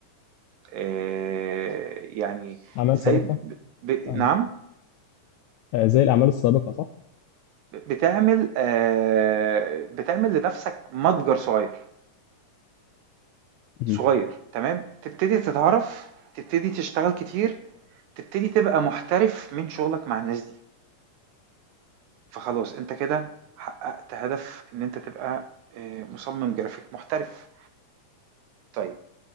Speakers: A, on the right (about 80°); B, on the left (about 80°).
A: آه، يعني
B: أعمال
A: زي
B: سابقة
A: ب... ب...
B: فاهمك.
A: نعم
B: آه، زي الأعمال السابقة صح؟
A: بتعمل آه، بتعمل لنفسك متجر صغير
B: مهم.
A: صغير تمام، تبتدي تتعرف، تبتدي تشتغل كتير، تبتدي تبقى محترف من شغلك مع الناس دي، فخلاص أنت كده حققت هدف إن أنت تبقى آآ مصمم جرافيك محترف. طيب